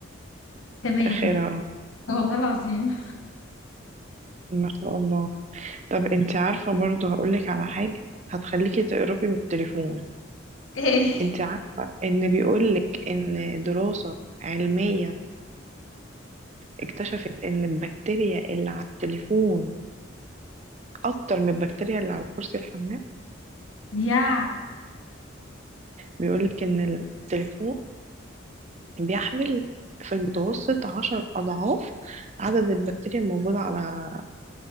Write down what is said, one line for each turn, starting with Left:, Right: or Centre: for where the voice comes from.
Left: كمان
Right: آخرها اه
Left: والله العظيم
Right: ما شاء الله طب انت عارفة برضو هقولك على حاجة هتخليكي تقربي من التليفون
Left: <laughs> ايه
Right: انت عارفة ان بيقولك ان دراسة علمية اكتشفت ان البكتيريا اللي على التليفون اكتر من البكتيريا اللي على كرسي الحمام
Left: يا
Right: بيقولك ان التليفون بيحمل في المتوسط عشر اضعاف عدد البكتيريا الموجودة على